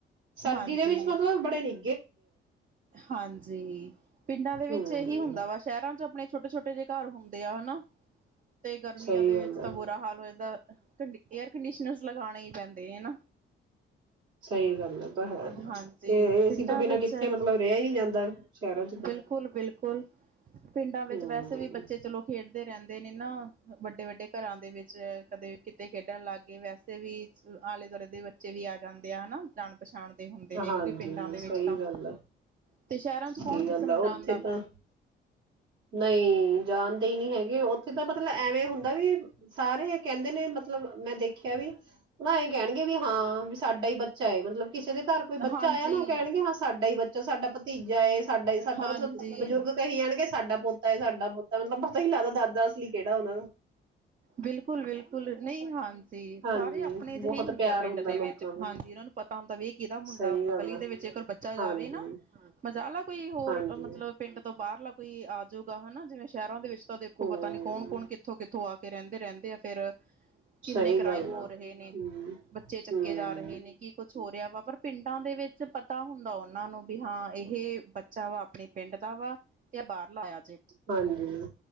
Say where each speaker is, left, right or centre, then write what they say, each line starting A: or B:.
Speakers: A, on the right; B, on the right.
A: ਸਰਦੀ
B: ਹਾਂਜੀ
A: ਦੇ ਵਿੱਚ, ਮਤਲਬ ਬੜੇ ਨੀ
B: ਹਾਂਜੀ ਪਿੰਡਾਂ ਦੇ ਵਿੱਚ
A: ਹਮ
B: ਇਹੀ ਹੁੰਦਾ ਵਾ, ਸ਼ਹਿਰਾਂ ਚ ਆਪਣੇ ਛੋਟੇ-ਛੋਟੇ ਛੋਟੇ ਜਿਹੇ ਘਰ ਹੁੰਦੇ ਆ, ਹਨਾ? ਤੇ ਗਰਮੀਆਂ
A: ਸਹੀ
B: ਦੇ
A: ਗੱਲ
B: ਵਿੱਚ ਤਾਂ
A: ਆ
B: ਬੁਰਾ ਹਾਲ ਹੋ ਜਾਂਦਾ ਏਅਰ ਕੰਡੀਸ਼ਨਰ ਲਗਾਉਣੇ ਹੀ ਪੈਂਦੇ ਤੇ ਨਾ,
A: ਸਹੀ ਗੱਲ ਆ ਤਾਂ ਹੈ
B: ਹਾਂਜੀ,
A: ਇਹ ਏਸੀ
B: ਪਿੰਡਾਂ
A: ਤੋਂ ਬਿਨਾਂ
B: ਵਿੱਚ
A: ਕਿੱਥੇ ਮਤਲਬ ਰਿਹਾ ਹੀ ਨਹੀਂ ਜਾਂਦਾ ਸ਼ਹਿਰਾਂ ਚ ਤਾਂ
B: ਬਿਲਕੁਲ-ਬਿਲਕੁਲ। ਪਿੰਡਾਂ ਵਿੱਚ
A: ਹਮ
B: ਵੈਸੇ ਵੀ ਬੱਚੇ ਚਲੋ ਖੇਡਦੇ ਰਹਿੰਦੇ <unintelligible> ਵੱਡੇ-ਵੱਡੇ ਘਰਾਂ ਦੇ ਵਿੱਚ ਕਦੇ ਕੀ ਤੇ ਖੇਡਣ ਲੱਗ ਗਏ। ਵੈਸੇ ਵੀ ਆਲੇ-ਦੁਆਲੇ ਦੇ ਬੱਚੇ ਵੀ ਆ ਜਾਂਦੇ ਆ, ਨਾ? ਜਾ ਪਛਾਣਦੇ ਹੁੰਦੇ ਨੇ,
A: ਹਾਂਜੀ
B: ਕਿਉਂਕਿ ਪਿੰਡਾਂ ਦੇ
A: ਸਹੀ
B: ਵਿੱਚ ਤਾਂ
A: ਗੱਲ ਆ
B: ਤੇ ਸ਼ਹਿਰਾਂ
A: ਸਹੀ
B: ਚ ਕੌਣ
A: ਗੱਲ
B: ਕਿਸੇ ਨੂੰ
A: ਆ
B: ਜਾਨਦਾ।
A: ਉੱਥੇ ਤਾਂ ਨਹੀਂ ਜਾਣਦੇ ਹੀ ਨਹੀਂ ਹੈਗੇ ਉੱਥੇ ਤਾਂ ਮਤਲਬ ਐਵੇਂ ਹੁੰਦਾ ਵੀ ਸਾਰੇ ਕਹਿੰਦੇ ਨੇ ਮਤਲਬ ਮੈਂ ਦੇਖਿਆ, ਵੀ ਉਹ ਇਹ ਕਹਿਣਗੇ ਵੀ ਹਾਂ ਵੀ ਸਾਡਾ ਈ ਬੱਚਾ ਹਏ ਮਤਲਬ ਕਿਸੇ ਦੇ ਘਰ ਕੋਈ ਬੱਚਾ
B: ਹਾਂਜੀ।
A: ਆਇਆ ਨਾ ਉਹ ਕਹਿਣਗੇ ਹਾਂ ਸਾਡਾ ਈ ਬੱਚਾ ਸਾਡਾ ਭਤੀਜਾ ਏ ਸਾਡਾ ਹੀ ਸਾਡਾ
B: ਹਾਂਜੀ।
A: ਮਤਲਬ ਬਜ਼ੁਰਗ ਕਹੀ ਜਾਣਗੇ ਸਾਡਾ ਪੋਤਾ ਏ, ਸਾਡਾ ਪੋ ਤਾਂ ਮਤਲਬ ਪਤਾ ਨੀ ਲੱਗਦਾ ਦਾਦਾ ਅਸਲੀ ਕਿਹੜਾ ਉਹਨਾਂ ਨੂੰ।
B: ਬਿਲਕੁਲ, ਬਿਲਕੁਲ ਨਹੀਂ ਹਾਂਜੀ
A: ਹਾਂਜੀ
B: ਸਾਰੇ ਆਪਨੇ ਜਿਹੇ
A: ਬਹੁਤ
B: ਹੁੰਦੇ
A: ਪਿਆਰ
B: ਆ ਪਿੰਡ
A: ਹੁੰਦਾ
B: ਦੇ
A: ਲੋਕਾਂ
B: ਵਿੱਚ
A: ਦਾ
B: ਹਾਂਜੀ ਇਹਨਾਂ ਨੂੰ ਪਤਾ ਹੁੰਦਾ ਵੀ ਇਹ ਕਿਹਦਾ ਮੁੰਡਾ
A: ਸਹੀ
B: ਵ
A: ਗੱਲ
B: ਗਲੀ
A: ਆ
B: ਦੇ ਵਿੱਚ ਇੱਕਰ ਬੱਚਾ ਜਾਵੇ
A: ਹਾਂਜੀ
B: ਨਾ ਮਜ਼ਾਲ ਆ ਕੋਈ ਹੋਰ
A: ਹਾਂਜੀ
B: ਮਤਲਬ ਪਿੰਡ ਤੋਂ ਬਾਹਰ ਲ ਕੋਈ ਆਜੂਗਾ ਹੈਨਾ ਜਿਵੇਂ ਸ਼ਹਿਰਾਂ ਦੇ ਵਿੱਚ ਤਾਂ ਦੇਖੋ
A: ਹੂੰ
B: ਪਤਾ ਨੀ ਕੌਣ, ਕੌਣ ਕਿੱਥੋਂ, ਕਿਥ <unintelligible> ਏ ਰਹਿੰਦੇ, ਰਹਿੰਦੇ ਆ ਫੇਰ ਕਿੰਨੇ
A: ਸਹੀ
B: ਕ੍ਰਾਈਮ
A: ਗੱਲ
B: ਹੋ
A: ਆ ਹੂੰ
B: ਰਹੇ ਨੇ, ਬੱਚੇ ਚੱਕੇ
A: ਹੂੰ
B: ਜਾ ਰਹੇ ਨੇ, ਕੀ ਕੁੱਛ ਹੋਰਹੇਆ ਵਾ, ਪਰ ਪਿੰਡਾਂ ਦੇ ਵਿੱਚ ਪਤਾ ਹੁੰਦਾ ਉਹਨਾਂ ਨੂੰ ਵੀ ਹਾਂ ਇਹ ਬੱਚਾ ਵਾ ਆਪਣੇ ਪਿੰਡ ਦਾ ਵਾ ਤੇ ਏ ਬਾਹਰ ਲਾ <unintelligible>
A: ਹਾਂਜੀ,